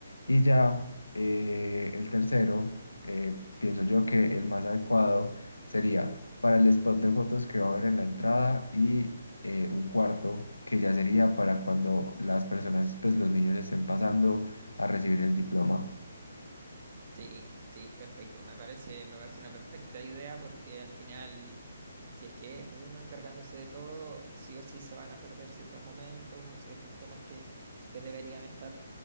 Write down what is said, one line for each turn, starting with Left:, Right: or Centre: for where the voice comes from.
Left: Y ya eh, el tercero, eh, pienso yo que el más adecuado sería para el spot de fotos que va a haber en la entrada y eh, un cuarto que ya sería para cuando las personas, pues los niños estén pasando a recibir el diploma.
Right: Sí, sí, perfecto. Me parece, me parece una perfecta idea porque al final, si es que es uno encargándose de todo, sí o sí se van a perder ciertos momentos o ciertas tomas que, que deberían estar.